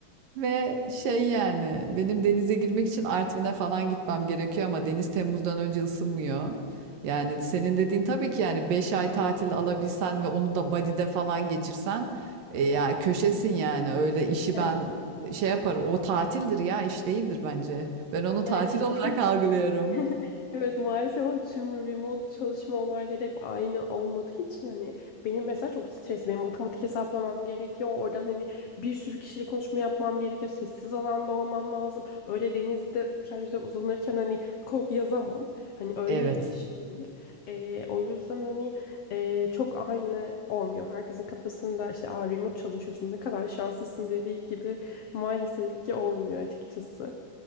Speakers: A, on the right; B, on the left.
A: Ve şey yani benim denize girmek için Artvin'e falan gitmem gerekiyor ama deniz Temmuz'dan önce ısınmıyor. Yani senin dediğin tabii ki yani 5 ay tatil alabilsen ve onu da Bali'de falan geçirsen e, ya köşesin yani öyle işi
B: Evet.
A: ben şey yaparım o tatildir ya iş değildir bence. Ben onu tatil
B: Evet işte
A: olarak
B: tüm
A: algılıyorum.
B: <laughs> Evet maalesef ama tüm remote çalışma olayları hep aynı olmadığı için hani benim mesela çok stres benim matematik hesaplamam gerekiyor oradan hani bir sürü kişiyle konuşma yapmam gerekiyor sessiz alanda olmam lazım öyle denizde plajda uzanırken hani kod yazamam hani öyle
A: Evet.
B: bir iş değil Ee, o yüzden hani e, çok aynı olmuyor herkesin kafasında işte Aa, remote çalışıyorsun ne kadar şanslısın dediği gibi maalesef ki olmuyor açıkçası